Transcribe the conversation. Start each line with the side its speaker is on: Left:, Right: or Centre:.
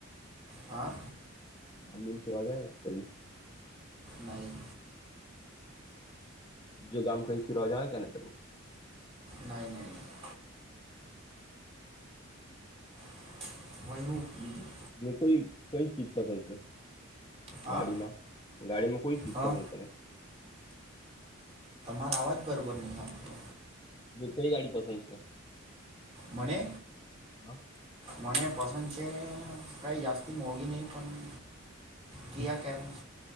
Right: હા.
Left: આમદન ફર આવ જાય કઈ.
Right: નહીં
Left: જો ગામ કઈ થી રજા હોય કેને તમે.
Right: નહીં નહીં નહીં <inaudible>
Left: મ કોઈ કઈ ચીજ પસંદ છે?
Right: હા
Left: ગાડીમાં ગાડીમાં કોઈ ચીજ
Right: હા
Left: પસંદ તમે?
Right: મા આવાજ બરોબર નહી આવે.
Left: બ કઈ ગાડી પસંદ છે?
Right: મને.
Left: હા.
Right: મને પસંદ છે કઈ જાસ્તી મોગી નહીં પણ ક આ કેસ.